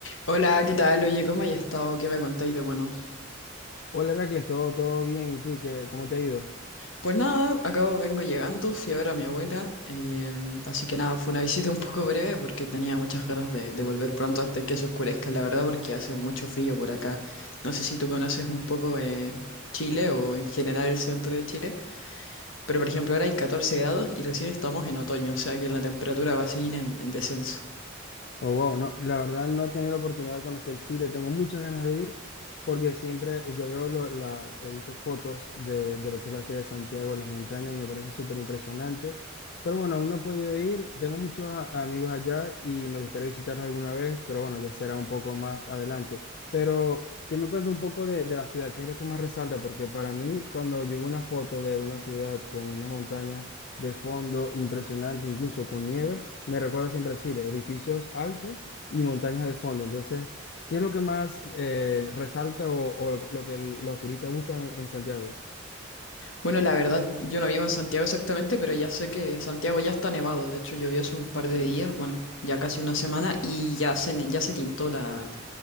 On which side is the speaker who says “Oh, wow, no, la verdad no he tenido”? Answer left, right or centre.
Left